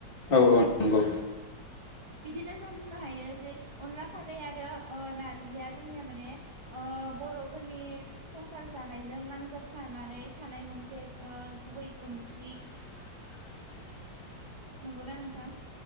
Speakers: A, on the left; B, on the right.
A: औ औ नंगौ।
B: बिदिनो जों बुंनो हायो जे अनला खारै ओ आरो नारजिया जोंनिया माने ओ बर'फोरनि संसार जानायजों नांजाबफानानै थानाय मोनसे ओ गुबै ओंख्रि
A: <inaudible>
B: नंगौना नोंथां?